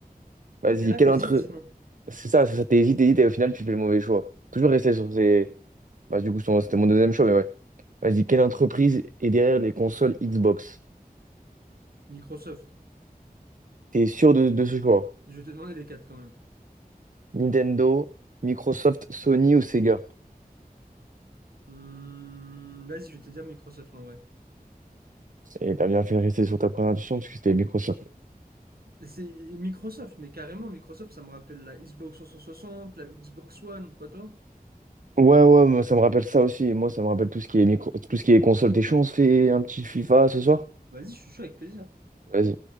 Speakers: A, on the right; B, on the right.
A: Vas-y,
B: Ouais, t'es là,
A: quel
B: t'hésites
A: intrus.
B: sinon.
A: C'est ça, c'est ça, t'hésites, t'hésites, et au final, tu fais le mauvais choix. Toujours rester sur ces. Bah, du coup, sur- c'était mon deuxième choix, mais ouais. Vas-y, quelle entreprise est derrière les consoles Xbox?
B: Microsoft.
A: T'es sûr de, de ce choix?
B: Je vais te demander les quatre quand même.
A: Nintendo, Microsoft, Sony ou Sega?
B: Hmm, vas-y, je vais te dire Microsoft en vrai.
A: Et t'as bien fait de rester sur ta première intuition, parce que c'était Microsoft.
B: C'est Microsoft, mais carrément Microsoft, ça me rappelle la Xbox 360, la Xbox One, pas toi?
A: Ouais, ouais, moi, ça me rappelle ça aussi. Moi, ça me rappelle tout ce qui est micro, tout ce qui est console. T'es chaud, on se fait un petit FIFA ce soir?
B: Vas-y, je suis chaud avec plaisir.
A: Vas-y.